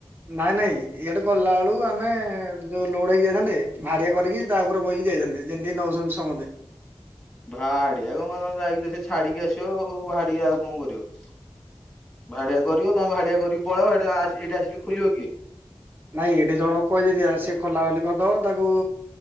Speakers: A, on the right; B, in the centre.
A: ନାଇଁ ନାଇଁ ଇଆଡେ ଗଲା ବେଳକୁ ଆମେ ଯୋଉ ଲୋଡ ହେଇି ଯାଇଥାନ୍ତେ ଭାଡିଆ କରିକି ତା ଉପରେ ବଇକି ଯାଇଥାନ୍ତେ। ଯେମତି ନଉଛନ୍ତି ସମତେ।
B: ଭାଡିଆ କଣ କ ଯାଇକି ତ ସେ ଛାଡିକି ଆସିବ ଆଉ ଭାଡିକି ଆଉ କଣ କରିବ। ଭାଡ଼ିଆ କରିବ ତୁମେ ଭାଡ଼ିଆ କରିକି ପଳେଇବ <unintelligible> ଏଇଠି ଆସିକୀ ଖୋଲିବ କିଏ?
A: ନାଇଁ ଏଠି ଜଣ କହି ଦେଇଥିବା ସି ଖୋଲା ଖୋଲି କଦ। ତାକୁ